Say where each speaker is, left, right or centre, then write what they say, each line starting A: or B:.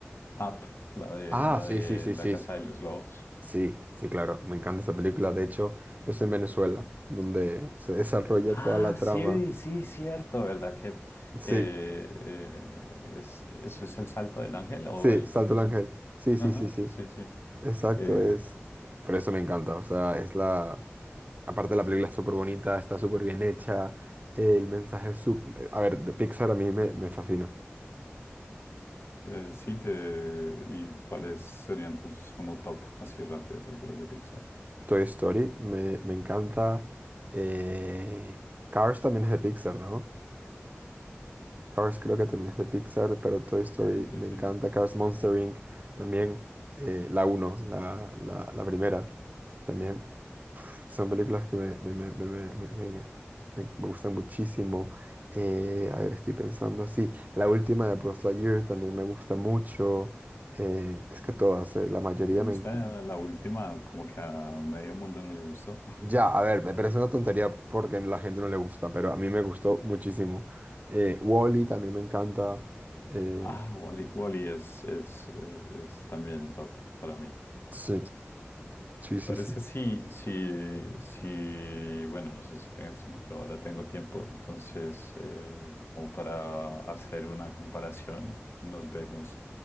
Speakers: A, on the left; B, on the right.
A: Up, la de,
B: Ah,
A: la
B: sí,
A: de
B: sí, sí,
A: La
B: sí.
A: Casa de los globos.
B: Sí, sí, claro, me encanta esa película. De hecho, es en Venezuela, donde se desarrolla
A: Ah,
B: toda la
A: sí,
B: trama.
A: sí, cierto, ¿verdad? Que,
B: Sí,
A: que eh, es, eso es el salto del ángel o
B: sí,
A: el
B: Salto
A: catatumbo.
B: el Ángel. Sí, sí,
A: Ajá,
B: sí, sí.
A: sí, sí.
B: Exacto,
A: Eh,
B: es. Por eso me encanta. O sea, es la. Aparte, la película es súper bonita, está súper bien hecha. El mensaje es su- A ver, de Pixar a mí me, me fascina.
A: eh, sí, te... ¿y cuáles serían tus como top, así rápido, películas de Pixar?
B: Toy Story me, me encanta. eh, Cars también es de Pixar, ¿no? Cars creo que también es de Pixar, pero Toy Story
A: Sí, sí,
B: me
A: sí.
B: encanta. Cars Monster Inc. también, eh, la uno la, la, la primera. También pf, son películas que me, me, me, me, me, me- me- me- me gustan muchísimo. Eh, a ver, estoy pensando así. La última de Buzz Lightyear también me gusta mucho. Eh, es que todas, eh, la mayoría
A: ¿Te gusta
B: me... en-
A: la última? Como que a medio mundo no le gustó. <laughs>
B: Ya, a ver, me parece una tontería porque a la gente no le gusta, pero a mí me gustó muchísimo. Eh, Wall-E también me encanta. Eh,
A: Ah, Wall-E. Wall-E es, es, eh, es también top para mí.
B: sí. Sí, sí,
A: Parece
B: sí.
A: si, si, si, bueno, no sé si tengas tiempo, yo ahora tengo tiempo, entonces eh, como para hacer una comparación, nos vemos